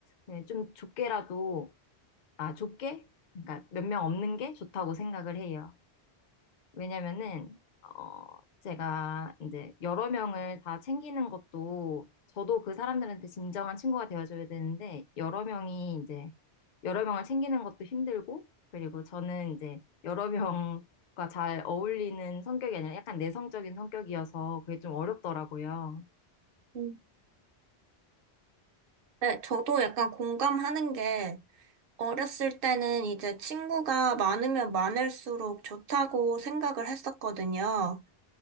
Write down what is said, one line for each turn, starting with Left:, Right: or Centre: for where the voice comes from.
Left: 네, 좀 좁게라도, 아, 좁게? 그러니까 몇 명 없는 게 좋다고 생각을 해요. 왜냐면은 어 제가 이제 여러 명을 다 챙기는 것도 저도 그 사람들한테 진정한 친구가 되어줘야 되는데 여러 명이 이제 여러 명을 챙기는 것도 힘들고 그리고 저는 이제 여러 명과 잘 어울리는 성격이 아니라 약간 내성적인 성격이어서 그게 좀 어렵더라고요.
Right: 음. 네, 저도 약간 공감하는 게 어렸을 때는 이제 친구가 많으면 많을수록 좋다고 생각을 했었거든요.